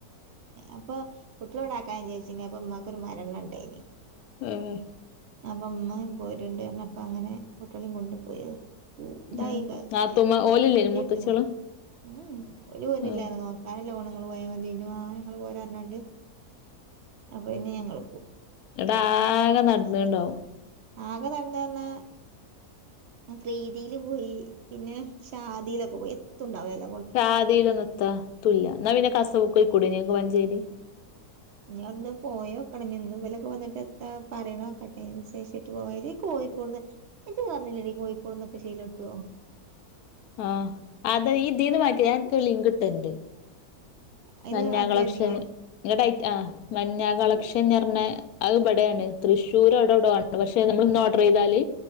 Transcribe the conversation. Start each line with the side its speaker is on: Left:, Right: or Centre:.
Right: അപ്പൊ കുട്ട്യാളെ വ്ടാക്കാൻ വിചാര് ച്ചീനി അപ്പൊ മ്മാക്കൊര് മരണണ്ടയ്നി.
Left: ഉം
Right: അപ്പൊ മ്മെം പോര്ണ്ട് പറഞ്ഞപ്പൊങ്ങനെ കുട്ട്യാളെം കൊണ്ട് പോയി തായി
Left: ഉം
Right: ക
Left: നാത്തൂമാ ഓലില്ലേനോ
Right: ഇടിട്ട്
Left: മൂത്തച്ചികള്
Right: ണ്. ഉം ഉം ഓല് പോര്നില്ലാന്ന്
Left: ഉം
Right: പറഞ്ഞ് നോക്കാനല്ലെ പോണെ ങ്ങൾ പോയാതി ഇന് വാണെ ങ്ങൾ പോര പറഞ്ഞാണ്ട്. അപ്പൊ പിന്നെ ഞങ്ങൾ.
Left: ങ്ങട്ടാകെ നടന്ന്ണ്ടാവും
Right: ആകെ നടന്നു വന്നാ പ്രീതിയില് പോയി പിന്നെ ശാദിയിലൊ ഓ എത്തുണ്ടാവു ല
Left: ശാദീലൊന്നുത്ത ത്തുല്യ ന്നാ പിന്നെ കസവ്ക് പൊയ്ക്കൂടയ്ന്യോ ങ്ങക്ക് മഞ്ചേരി
Right: ഞ ന്ന് പോയോക്കണം ഞ് ഇന്ന് വലൊക്കെ എത്താ പറി ണോക്കട്ടെ. തേച്ചിട്ട് പോയ ഈ കോഴിക്കോട്ന്ന് ഇജ് പറഞ്ഞിലെടി കോഴിക്കോട്ന്നൊക്കെ ശീല ട്ടോ?
Left: അ അത യ് ഇതീന്ന് വാങ്ങിക്കോ ഞാൻ അൻക്കൊരു ലിങ്ക് ഇട്ടര്ണ്ട്.
Right: അയിന്
Left: മഞ്ഞ
Right: ആക്കിയാ
Left: കളക്ഷൻ
Right: മതിയോ
Left: ങ്ങട്ട് ആയ് അ മഞ്ഞ കളക്ഷൻ എർഞ്ഞ അത്ബ്ടേണ് തൃശൂർ അവ് ടൗടൊ ആണ് ട്ടൊ. പക്ഷെ നമ്മൾ ഇന്ന് ഓഡർ ചെയ്താല്